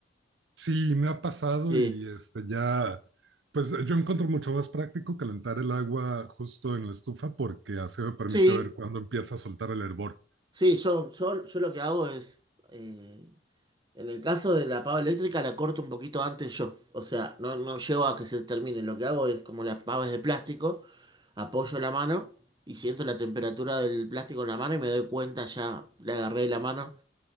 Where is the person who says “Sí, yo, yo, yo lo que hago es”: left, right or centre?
Right